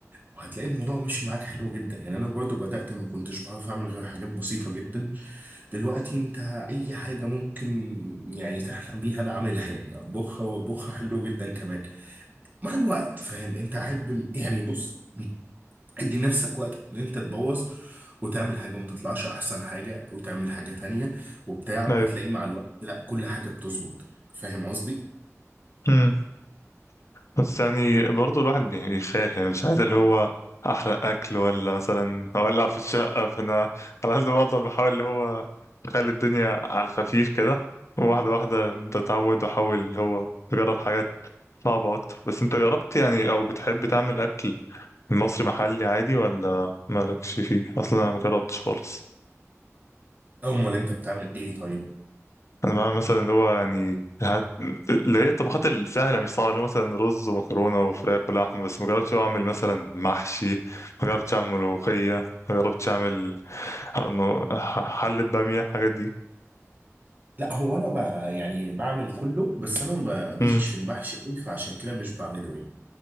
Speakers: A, on the right (about 35°); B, on the left (about 65°).
A: وهتلاقي الموضوع مشي معاك حلو جدا يعني انا برضو بدأت ما كنتش بعرف اعمل غير حاجات بسيطة جدا دلوقتي انت اي حاجة ممكن يعني تحلم بيها انا اعملها يعني اطبخها واطبخها حلو جدا كمان مع الوقت فاهم انت احب يعني بص ادي نفسك وقت ان انت تبوظ وتعمل حاجة وما تطلعش احسن حاجة وتعمل حاجة تانية وبتاع وهتلاقي
B: ايوه أمم.
A: مع الوقت لا كل حاجة بتظبط فاهم قصدي
B: ايوه بس يعني برضو الواحد بي- بيخاف يعني مش عايز اللي هو احرق اكل ولا مثلا اولع في الشقه فانا على قد ما اقدر بحاول اللي هو اخلي الدنيا على الخفيف كده واحده واحده ببدا اتعود واحاول اللي هو اجرب حاجات صعبه اكتر بس انت جربت يعني او بتحب تعمل اكل مصري محلي عادي ولا مالكش فيه اصلا انا مجربتش خالص
A: امال انت بتعمل ايه طيب
B: انا بقى مثلا اللي هو يعني هت... اللي هي الطبخات السهله مش صعبه اللي هو مثلا رز ومكرونه وفراخ ولحمه بس ما جربتش أوي اعمل مثلا محشي ما جربتش اعمل ملوخيه ما جربتش اعمل ح- إنه ح- حله باميه الحاجات دي
A: لا هو انا ب... يعني بعمل كله بس انا ماليش
B: امم
A: في المحشي قوي فعشان كده مش بعمله يعني